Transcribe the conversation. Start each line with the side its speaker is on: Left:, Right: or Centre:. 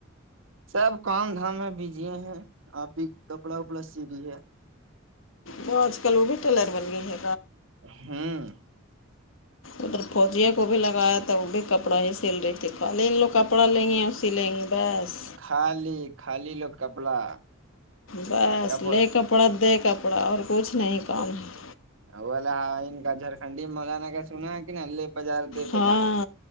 Right: سب کام دھام میں بجے ہیں آپ ہی کپڑا وپڑا سیھی ہے
Left: وہ آج کل وہ بھی ٹیلر بن گئی ہے
Right: ہاں
Left: ادھر فوجیوں کو بھی لگایا تھا وہ بھی کپڑا ہی سل رہی تھی خالی لوگ ک کپڑا لیں گےیا سی لیں گے بس
Right: خالی خالی لوگ کپڑا
Left: بس
Right: کپڑ
Left: لے کپڑا دے کپڑا اور کچھ نہیں کام ہے
Right: ہاں ان کا جرکھنڈی مولانا کا سنا ہے کہ الے بازار دے بازار
Left: ہاں